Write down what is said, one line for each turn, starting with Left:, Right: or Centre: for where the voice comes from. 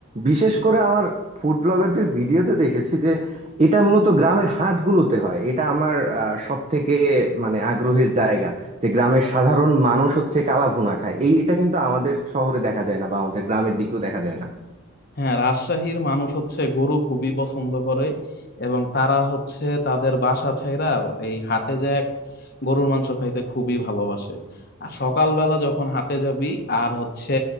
Right: বিশেষ করে আমার ফুড ব্লগারদের ভিডিওতে দেখেছি যে এটা মূলত গ্রামের হাটগুলোতে হয় এটা আমার সব থেকে মানে আগ্রহের জায়গা যে গ্রামের সাধারণ মানুষ হচ্ছে কালাভুনা খায় এই এটা কিন্তু আমাদের শহরে দেখা যায় না বা আমাদের গ্রামের দিকেও দেখা যায় না
Left: হ্যাঁ রাজশাহীর মানুষ হচ্ছে গরু খুবই পছন্দ করে এবং তারা হচ্ছে তাদের বাসা ছেইরা এই হাটে যায় গরুর মাংস খাইতে খুবই ভালোবাসে আর সকালবেলা যখন হাটে যাবি আর হচ্ছে